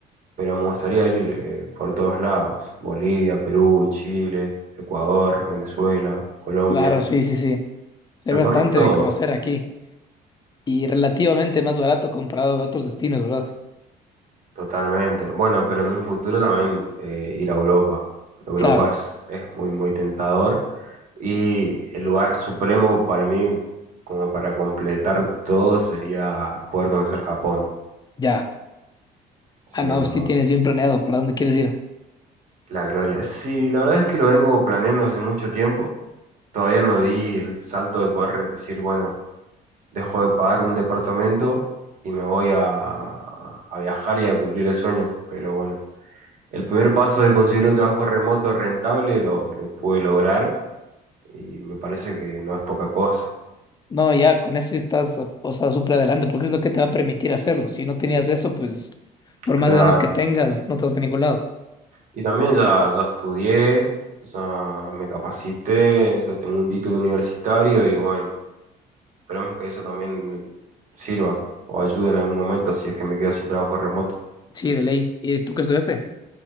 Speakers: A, on the right; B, on the left.
A: pero me gustaría ir eh, por todos lados, Bolivia, Perú, Chile, Ecuador, Venezuela, Colombia,
B: Claro, sí, sí, sí. Hay
A: recorrer
B: bastante
A: todo
B: de conocer aquí y relativamente más barato comparado a otros destinos, ¿verdad?
A: totalmente. Bueno, pero en un futuro también eh, ir a Europa. Europa
B: Claro,
A: es, es muy, muy tentador y el lugar supremo para mí, como para completar todo, sería poder conocer Japón.
B: ya.
A: Sería
B: Ah, no,
A: como
B: sí tienes bien planeado para dónde quieres ir.
A: la gloria. Sí, la verdad es que lo vengo planeando hace mucho tiempo. Todavía no di el salto de poder decir, bueno, dejo de pagar un departamento y me voy a, a viajar y a cumplir el sueño. Pero bueno, el primer paso de conseguir un trabajo remoto rentable lo, lo pude lograr y me parece que no es poca cosa,
B: No, ya, con eso estás, o sea, súper adelante, porque es lo que te va a permitir hacerlo. Si no tenías eso, pues, por
A: claro.
B: más ganas que tengas, no te vas de ningún lado.
A: Y también ya, ya estudié, ya me capacité, ya tengo un título universitario y bueno, esperamos que eso también sirva o ayude en algún momento si es que me quedo sin trabajo remoto.
B: Sí, de ley. ¿Y tú qué estudiaste?